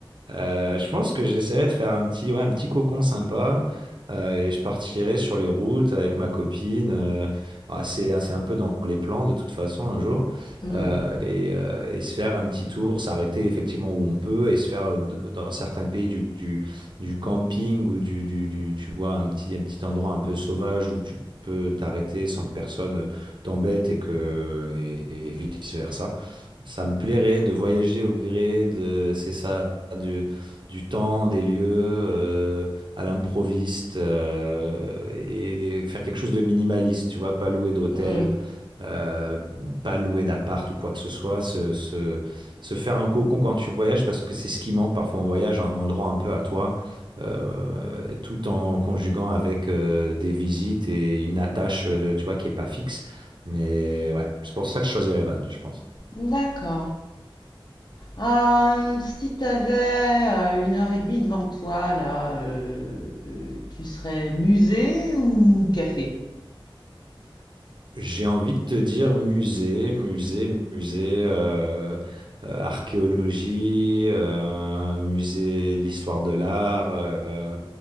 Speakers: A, on the right; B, on the left.
A: Euh, je pense que j'essaierai de faire un petit, ouais, un petit cocon sympa euh, et je partirai sur les routes avec ma copine. euh, bah, c'est, hein, c'est un peu dans les plans de toute façon un jour
B: Hmm,
A: euh, et, euh, et se faire un petit tour, s'arrêter effectivement où on peut et se faire euh, d- dans certains pays du, du, du camping ou du, du, du- tu vois, un petit, un petit endroit un peu sauvage où tu peux t'arrêter sans que personne euh, t'embête et que et, et vice versa. Ça me plairait de voyager au gré de, c'est ça, du, du temps, des lieux, euh, à l'improviste, euh, et, et faire quelque chose de minimaliste, tu vois, pas louer d'hôtel,
B: hmm,
A: euh, pas louer d'appart ou quoi que ce soit, se, se, se faire un cocon quand tu voyages, parce que c'est ce qui manque parfois en voyage, un endroit un peu à toi, euh, tout en conjuguant avec euh, des visites et une attache, euh, tu vois, qui est pas fixe. Mais ouais, c'est pour ça que je choisirais Van, je pense.
B: D'accord. Euh, si tu avais une heure et demie devant toi, là, euh, tu serais musée ou café?
A: J'ai envie de te dire musée, musée, musée, euh, euh, archéologie, euh, musée de l'histoire de l'art, euh,